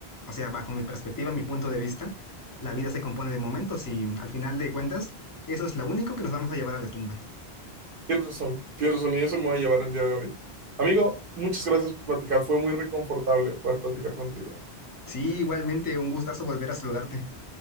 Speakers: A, on the left; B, on the right.
A: O sea, bajo mi perspectiva, mi punto de vista, la vida se compone de momentos y al final de cuentas, eso es lo único que nos vamos a llevar a la tumba.
B: Tienes razón, tienes razón, y eso me va a llevar el día de hoy. Amigo, muchas gracias por platicar, fue muy reconfortable poder platicar contigo.
A: Sí, igualmente, un gustazo volver a saludarte.